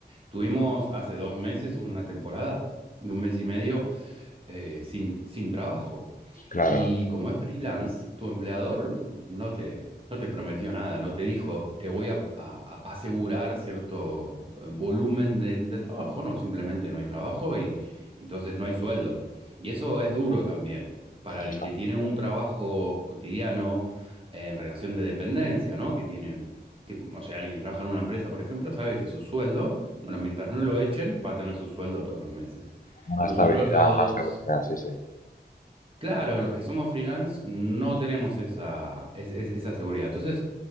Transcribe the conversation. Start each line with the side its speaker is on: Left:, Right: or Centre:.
Right: Tuvimos hace dos meses una temporada de un mes y medio eh, sin, sin trabajo.
Left: Claro.
Right: Y como es freelance, tu empleador no te, no te prometió nada, no te dijo, te voy a, a- a asegurar cierto eh, volumen de, de trabajo, no, simplemente no hay trabajo y, y entonces no hay sueldo. Y eso es duro también para el
Left: Exacto.
Right: que tiene un trabajo cotidiano eh, en relación de dependencia, ¿no? Que tiene, que, o sea, alguien que trabaja en una empresa, por ejemplo, sabe que su sueldo, bueno, mientras no lo echen, va a tener su sueldo todos los meses.
Left: Una
Right: Nosotros
Left: estabilidad,
Right: Claro.
Left: una seguridad,
Right: los,
Left: sí, sí.
Right: Claro, los que somos freelance no tenemos esa, es- es- esa seguridad. Entonces,